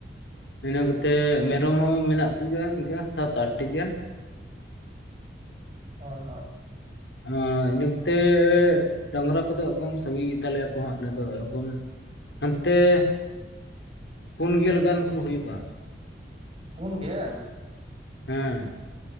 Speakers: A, on the left; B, on the right.
A: ᱤᱱᱟᱹ ᱠᱟᱛᱮᱜ ᱢᱮᱨᱚᱢ ᱦᱚᱸ ᱢᱮᱱᱟᱜ ᱠᱚᱜᱮᱭᱟ ᱤᱱᱠᱟ ᱥᱟᱛ ᱟᱴ ᱴᱤ ᱜᱟᱱ᱾
B: ᱦᱳᱭ ᱦᱳᱭ
A: ᱟ ᱤᱱᱟᱹ ᱠᱟᱛᱮᱜ ᱰᱟᱝᱨᱟ ᱠᱚᱫᱚ ᱮᱠᱚᱢ ᱥᱟᱸᱜᱤ ᱜᱮᱛᱟᱞᱮᱭᱟ ᱠᱚ ᱦᱟᱸᱜ, ᱟᱞᱮ ᱫᱚ ᱮᱠᱚᱢ ᱦᱟᱱᱛᱮ ᱯᱩᱱ ᱜᱮᱞ ᱜᱟᱱ ᱠᱩ ᱦᱩᱭᱩᱜᱼᱟ ᱾
B: ᱯᱩᱱ ᱜᱮᱞ!
A: ᱦᱮᱸ